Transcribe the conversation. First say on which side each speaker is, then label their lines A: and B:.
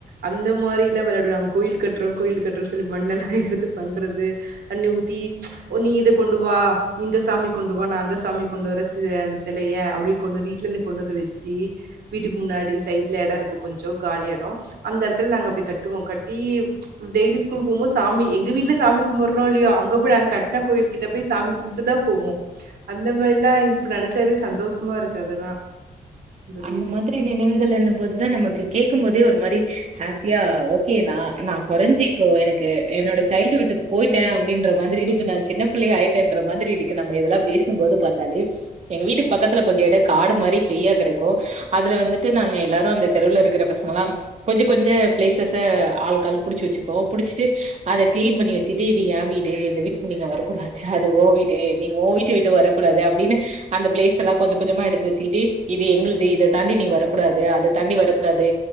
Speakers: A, on the right (about 75°); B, on the right (about 45°).
A: அந்த மாரிலா வெளயாடுவாங்க கோயில் கட்றோம் கோயில் கட்றோ சொல்லி மண்ணெல்லாம் எடுத்து பண்றது தண்ணி ஊத்தி நீ இத கொண்டு வா நீ இந்த சாமி கொண்டு வா நான் அந்த சாமி கொண்டு வர சி அந்த செலைய அப்டி கொண்டு வீட்லல கொண்டு வந்து வச்சி வீட்டுக்கு முன்னாடி சைட்ல எடம் இருக்கும் கொஞ்சம் காலி எடம் அந்த எடத்துல நாங்க அப்டே கட்டுவோம் கட்டி டெய்லியு ஸ்கூல் போமோது சாமி எங்க வீட்ல சாமி கும்படறோ இல்லையோ அங்க போயி நாங்க கட்ன கோயில் கிட்ட போய் சாமி கும்ட்டு தா போவோம் அந்த மாரி இல்ல இப்ப நெனைச்சாவே சந்தோஷமா இருக்கு அதெல்லாம் அதோட
B: அந்த
A: இது.
B: மாதிரி நினைவுகள் இன்னும் போதுதான் நமக்கு கேக்கும்போது டே ஒரு மாரி ஹேப்பியா ஓகே நா நா கொறஞ்சிக்கோ எனக்கு என்னோட சைல்டு வீட்டுக்கு போயிட்டே அப்டின்ற மாதிரி இப்ப நா சின்ன பிள்ளையா ஆய்ட்டேன்ற மாதிரி இருக்கு நம்ம இதல்லாம் பேசும்போது பாத்தாலே எங்க வீட்டுக்கு பக்கத்துல கொஞ்சம் எட காடு மாரி ஃப்ரீயா கடக் போ அதுல வந்துட்டு நாங்க எல்லாரும் அந்த தெருவுல இருக்கிற பசங்கல்லா கொஞ்ச கொஞ்ச பிளேசஸ்ஸ ஆ ஆளுக் ஆளு புடிச்சி வச்சிப்போம் புடிச்சிட்டு அத கிளீன் பண்ணி வச்சிட்டு இது ஏன் வீடு இந்த வீட்டுக்கு நீங்க வரக்கூடாது அது ஓ வீடு நீங்க ஓ வீட்டு வரக்கூடாது அப்டின்னு அந்த பிளேஸ்ஸலாம் கொஞ்ச கொஞ்சமா எடுத்து வச்சிகிட்டு இது எங்கள்து இத தாண்டி நீ வரக்கூடாது அத தாண்டி வரக்கூடாது